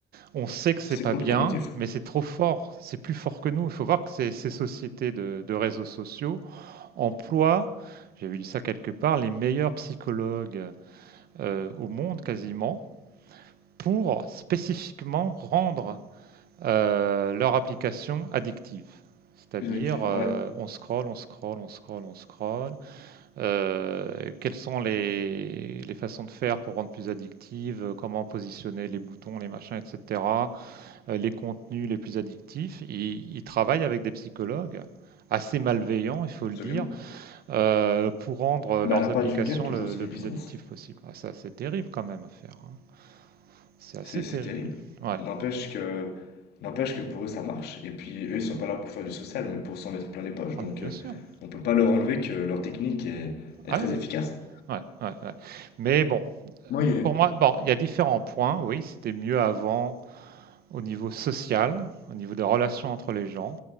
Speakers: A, on the right; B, on the left.
A: On sait que c'est
B: C'est
A: pas
B: hautement
A: bien,
B: addictif.
A: mais c'est trop fort. C'est plus fort que nous. Il faut voir que ces, ces sociétés de, de réseaux sociaux emploient, j'avais lu ça quelque part, les meilleurs psychologues euh, au monde quasiment pour spécifiquement rendre euh, leur application addictive. C'est-à-dire,
B: Plus addictif,
A: euh,
B: ouais,
A: on scrolle, on scrolle, on scrolle, on scrolle. Euh, quelles sont les, les, façons de faire pour rendre plus addictive, euh, comment positionner les boutons, les machins, etc., euh, les contenus les plus addictifs. Ils, ils travaillent avec des psychologues assez malveillants, il faut
B: absolument.
A: le dire, euh, pour rendre
B: Bah,
A: leurs
B: elle a pas
A: applications
B: du gain, toujours,
A: le,
B: c'est
A: le
B: du business.
A: plus addictives possible. Ah, ça, c'est terrible quand même à faire. hein. C'est assez
B: C'est c'est
A: terrible.
B: terrible.
A: Ouais.
B: N'empêche que n'empêche que pour eux, ça marche. Et puis, eux,
A: Ah
B: ils
A: bah
B: sont
A: oui.
B: pas là pour faire du social, mais pour s'en mettre plein les poches.
A: Ah
B: Donc,
A: mais bien
B: euh,
A: sûr.
B: on peut pas leur enlever que leur technique est, est
A: Ah
B: très
A: oui.
B: efficace.
A: Ouais, ouais, ouais. Mais bon,
B: Moi, il
A: pour moi, bon, il y a différents points. Oui, c'était mieux avant au niveau social, au niveau des relations entre les gens.